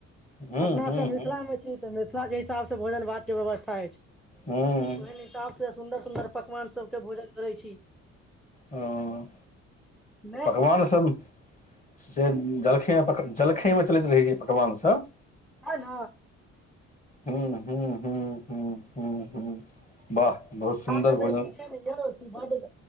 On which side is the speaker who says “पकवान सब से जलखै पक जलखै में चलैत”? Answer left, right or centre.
Left